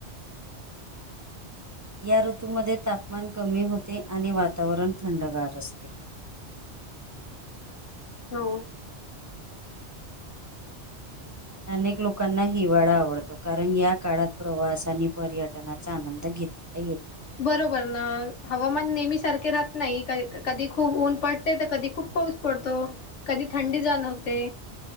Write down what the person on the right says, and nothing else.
या ऋतूमध्ये तापमान कमी होते आणि वातावरण थंडगार असते <inaudible>
अनेक लोकांना हिवाळा आवडतो कारण या काळात प्रवासानी पर्यटनाचा आनंद घेत य येत